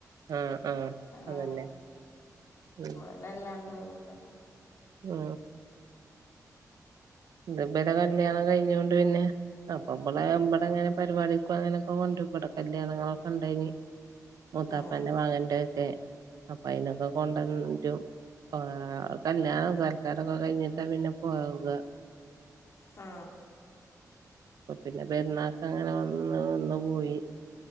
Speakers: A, on the right; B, on the left.
A: ആഹ് ആഹ് അതന്നെ
B: ആ
A: ഉം
B: ഇതല്ലാണ്ട് അല്ല
A: മ് ഇബടെ കല്യാണം കഴിഞ്ഞൊണ്ട് പിന്നെ അപ്പൊ ഇബളെ ഇബടെ ങ്ങനെ പരിപാടിക്ക ഇങ്ങനൊക്കെ കൊണ്ടു ഇവിടെ കല്യാണങ്ങളൊക്കെ ഉണ്ടനീ മൂത്താപ്പന്റെ
B: ഉം
A: മകന്റെ ക്കെ അപ്പൊ അയിനൊക്കെ കൊണ്ടരും ആ കല്യാണം സൽക്കാരൊക്കെ കഴിഞ്ഞിട്ടാ പിന്നെ പോ വ്യ
B: ആ
A: പിന്നെ പെരുന്നാക്ക് അങ്ങനെ വന്ന് നിന്ന് പോയി